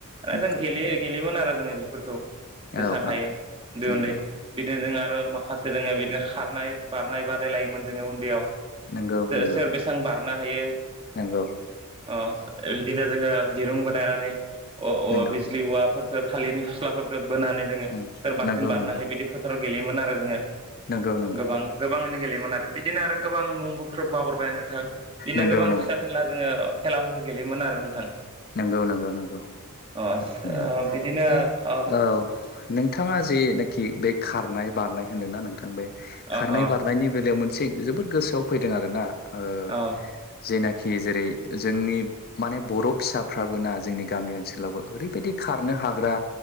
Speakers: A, on the right; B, on the left.
A: दा
B: नंगौ
A: जों गेले गेलेयोमोन आरो जोङो बेफोरखौ
B: औ
A: जेसां हायो
B: औ
A: दो
B: नंगौ
A: उन्दै बिदिनो जोङो आरो माखासे जोङो बिदिनो खारनाय बारनाय बादायलायोमोन जोङो उन्दैयाव
B: नंगौ
A: सो
B: नंगौ
A: सोर बेसेबां बारनो हायो
B: नंगौ
A: ओ बिदिनो जोङो दिरुं बानायनायनानै औ
B: नंगौ
A: बिजलि औवाफोर थालिरनि फस्लाफोरखौ बोनानै जोङो
B: नंगौ
A: सोर बांसिन बारनो
B: नंगौ
A: हायो बिदि फोथाराव गेलेयोमोन आरो जोङो
B: नंगौ नंगौ
A: गोबां गोबांनो गेलेयोमोन आरो बिदिनो आरो गोबां मुं ख्रोब बावगारबाय आं नोंथां बिदिनो
B: नंगौ
A: गोबां फिसा फेनला जोङो खेलाफोरखो गेलेयोमोन आरो नोंथां
B: नंगौ नंगौ नंगौ ओ
A: अ ओ बिदिनो
B: जाय
A: अ
B: औ नोंथाङा जेनोखि बे खारनाय बारनाय होनोना नोंथां बे खारनाय
A: अ अ
B: बारनायनि बेलायाव मोनसे जोबोद गोसोआव फैदो आरोना ओ
A: अ औ
B: जेनाखि जेरै जोंनि माने बरफ फिसाफ्राबो ना जोंनि गामि ओनसोलावबो ओरैबायदि खारनो हाग्रा